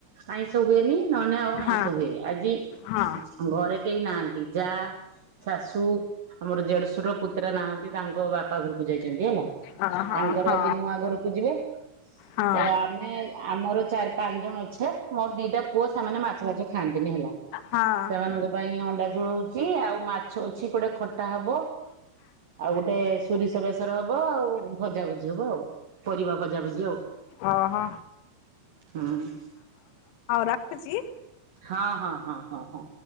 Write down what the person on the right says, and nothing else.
ଆଇଁଷ ହୁଏନି । ନହେନେ ଆଉ ଆଇଁଷ
ହୁଏ ଆଜି
ଘରେ କେହି ନାହା ପିଜା ଶାଶୁ ମୋର ଦେଢଶୁର ପୁତୁରା ନାହାନ୍ତି ତାଙ୍କ ବାପା ଘ ଯାଇଚନ୍ତି ହେଲା
ତାଙ୍କର
ଆଜି ନୂଆ ଘରକୁ ଯିବେ
ତ ଆମେ ଆମର ଚାର ପାଞ୍ଚ ଜଣ ଅ ଛୁ ମୋର ଦିଟା ପୁଅ ସେମାନେ ମାଛ ଫାଛ ଖାଆନ୍ତିନି ହେଲା
ସେମାନଙ୍କ ପାଇଁ ଅଣ୍ଡା ଝୋଳ ହୋଉଚି ଆଉ ମାଛ ଅଛି ଗୋଟେ ଖ ଟା ହବ ଆଉ ଗୋଟେ ସୁରିସ ବେ ଚର ହବ ଆଉ ଭଜାଭୁଜି ହବ ଆଉ ପରିବା ଭଜାଭୁଜି ଆଉ
ହୁଁ।
ହଁ ହଁ ହଁ। ହଁ ହଁ।